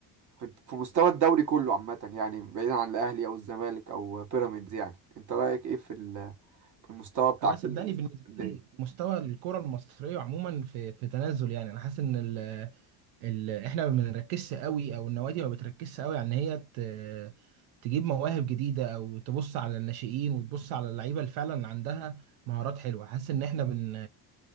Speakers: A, on the right; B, on the right.
A: في في مستوى الدوري كله عامه يعني بعيدا عن الاهلي او الزمالك او بيراميدز يعني انت رايك ايه في ال- في المستوى بتاع
B: انا
A: كل
B: صدقني بالنسبه
A: الدنيا
B: لي مستوى الكره المصريه عموما في في تنازل يعني انا حاسس ان ال- ال... احنا ما بنركزش قوي او النوادي ما بتركزش قوي على ان هي ت... تجيب مواهب جديده او تبص على الناشئين وتبص على اللعيبه اللي فعلا عندها مهارات حلوه حاسس ان احنا بن